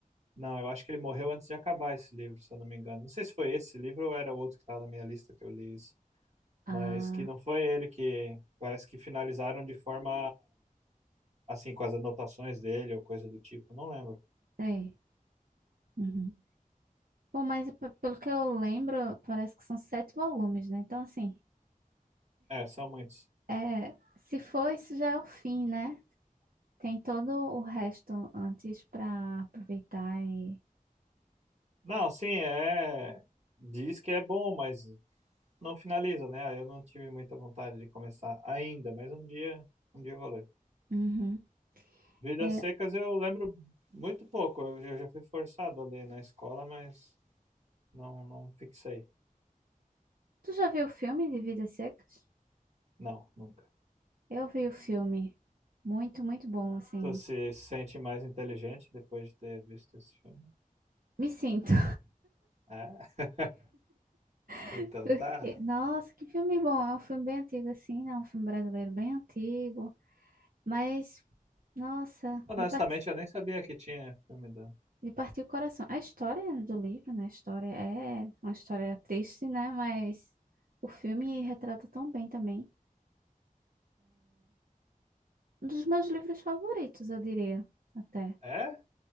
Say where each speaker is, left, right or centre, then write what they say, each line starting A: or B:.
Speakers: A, on the right; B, on the right.
A: Não, eu acho que ele morreu antes de acabar esse livro, se eu não me engano. Não sei se foi esse livro ou era outro que estava na minha lista que eu li isso.
B: Ah,
A: Mas que não foi ele que parece que finalizaram de forma assim, com as anotações dele ou coisa do tipo, não lembro.
B: sei. Uhum. Bom, mas pe- pelo que eu lembro, parece que são sete volumes, né? Então, assim,
A: É, são muitos.
B: é, se for, isso já é o fim, né? Tem todo o resto antes pra aproveitar e.
A: Não, sim, é. Diz que é bom, mas não finaliza, né? Aí Eu não tive muita vontade de começar ainda, mas um dia, um dia eu vou ler.
B: Uhum.
A: Vidas
B: E-
A: Secas eu lembro muito pouco. Eu, eu já fui forçado a ler na escola, mas não, não fixei.
B: tu já viu o filme de Vidas Secas?
A: Não, nunca.
B: Eu vi o filme. Muito, muito bom, assim.
A: Tu se sente mais inteligente depois de ter visto esse filme?
B: Me sinto.
A: É? <laughs>
B: <laughs>
A: Então
B: Porque,
A: tá.
B: nossa, que filme bom. É um filme bem antigo, assim, né? Um filme brasileiro bem antigo. Mas, nossa,
A: Honestamente,
B: de partir,
A: eu nem sabia que tinha filme da.
B: de partir o coração. A história do livro, né? A história é uma história triste, né? Mas o filme retrata tão bem também. Um dos meus livros favoritos, eu diria, até.
A: É?